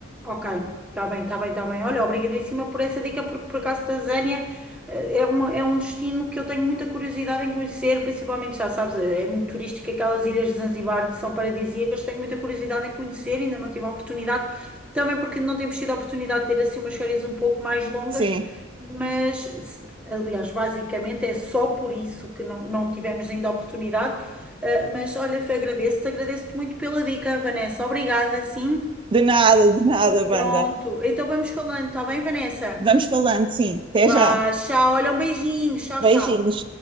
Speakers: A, in the centre; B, on the right.
A: Ok, está bem, está bem, está bem. Olha, obrigadíssima por essa dica, porque por acaso Tanzânia eh, é, uma, é um destino que eu tenho muita curiosidade em conhecer, principalmente, já sabes, é é muito turístico, aquelas ilhas de Zanzibar que são paradisíacas, tenho muita curiosidade em conhecer, ainda não tive a oportunidade, também porque não temos tido a oportunidade de ter assim umas férias um pouco mais longas,
B: Sim,
A: mas, se- aliás, basicamente é só por isso que não, não tivemos ainda a oportunidade. Eh, mas olha, agradeço-te, agradeço-te muito pela dica, Vanessa. Obrigada, sim.
B: de nada, de nada, banda.
A: Pronto. Então vamos falando, tá bem, Vanessa?
B: Vamos falando, sim. Até
A: Vá,
B: já.
A: tchau. Olha, um beijinho. Tchau,
B: Beijinhos.
A: tchau.